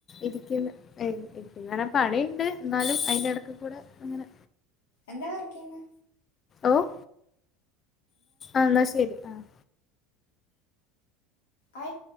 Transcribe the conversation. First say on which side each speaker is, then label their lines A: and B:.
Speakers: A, on the left (about 35°); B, on the left (about 70°).
A: ഇരിക്കുന്നു ഇരിക്കുന്നു ഞാന പണിണ്ട് എന്നാലും അതിന്റെ ഇടക്ക് കൂടെ അങ്ങനെ
B: എന്താ വർക്ക് ചെയ്യന്നെ
A: ഓഹ് എന്നാ ശരി ആഹ്
B: ആയി